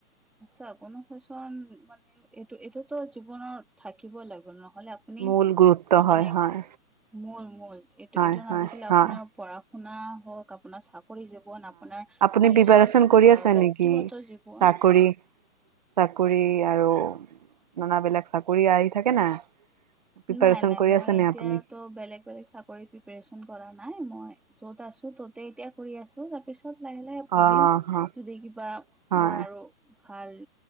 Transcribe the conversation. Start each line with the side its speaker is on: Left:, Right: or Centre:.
Centre: আচছা, অনুশোচনা মানে এইটো এইটোতো জীৱনৰত থাকিবই লাগিব নহ'লে আপুনি
Right: মূল গুৰুত্ব হয়
Centre: মানে,
Right: হয়
Centre: মূল মূল এইটো
Right: হয়
Centre: এইটো
Right: হয়
Centre: নাথাকিলে
Right: হয়
Centre: আপোনাৰ পঢ়া শুনা হওক আপোনাৰ চাকৰি জীৱন আপোনাৰ
Right: আপুনি
Centre: নিজৰ
Right: প্ৰিপাৰেচন কৰি
Centre: আহ
Right: আছে হয়
Centre: ব্যক্তিগত
Right: নেকি?
Centre: জীৱন
Right: চাকৰি চাকৰি আৰু নানাবিলাক চাকৰি আহি থাকে না। প্ৰিপাৰেচন
Centre: নাই নাই
Right: কৰি
Centre: মই
Right: আছে নে
Centre: এতিয়াতো
Right: আপুনি?
Centre: বেলেগ চাকৰি প্ৰিপেৰেচন কৰা নাই মই য'ত আছোঁ তাতে এতিয়া কৰি আছোঁ তাৰপিছত লাহে লাহে ভাবিম
Right: অ', হয়,
Centre: যদি কিবা
Right: হয়,
Centre: মই আৰু ভাল